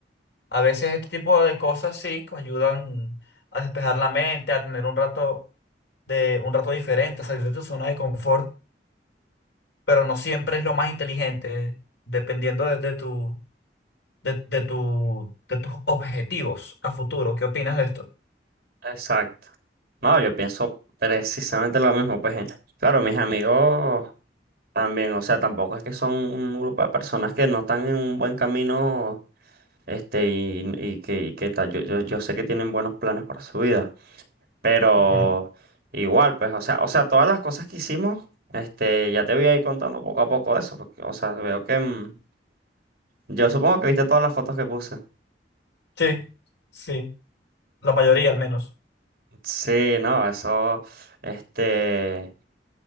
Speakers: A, on the left; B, on the right.
A: a veces este tipo de cosas sí que ayudan a despejar la mente, a tener un rato de, un rato diferente, a salir de tu zona de confort. pero no siempre es lo más inteligente, dependiendo de, de tu, de, de tu, de tus objetivos a futuro. ¿Qué opinas de esto?
B: Exacto. No, yo pienso precisamente lo mismo, pues. eh, Claro, mis amigos también, o sea, tampoco es que son un grupo de personas que no están en un buen camino, este, y, y que, y que tal. Yo, yo, yo sé que tienen buenos planes para su vida, pero
A: Ujú.
B: igual, pues, o sea, o sea, todas las cosas que hicimos, este, ya te voy a ir contando poco a poco eso, porque, o sea, veo que, mm, yo supongo que viste todas las fotos que puse.
A: Sí, sí, la mayoría al menos.
B: Sí, no, eso, este.